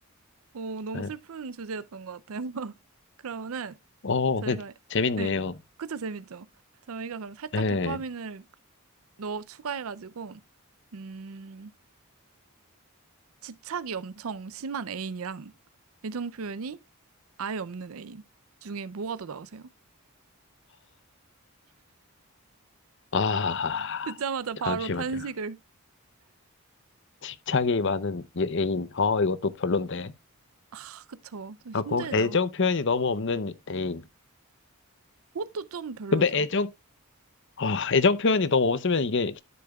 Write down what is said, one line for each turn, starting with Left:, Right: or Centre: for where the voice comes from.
Right: 어, 너무
Left: 네.
Right: 슬픈 주제였던 것 같아요. <laughs> 그러면은
Left: 어,
Right: 저희가,
Left: 그, 재밌네요.
Right: 네, 그쵸, 재밌죠? 저희가 그럼 살짝
Left: 네.
Right: 도파민을 넣어 추가해가지고, 음, 집착이 엄청 심한 애인이랑 애정 표현이 아예 없는 애인 중에 뭐가 더 나오세요?
Left: 아,
Right: 듣자마자 바로
Left: 잠시만요.
Right: 탄식을.
Left: 집착이 많은 예- 애인. 어, 이것도 별론데.
Right: 아, 그쵸. 좀 힘들죠.
Left: 하고, 애정 표현이 너무 없는 애인.
Right: 그것도 좀 별로죠.
Left: 근데 애정 아, 애정 표현이 너무 없으면 이게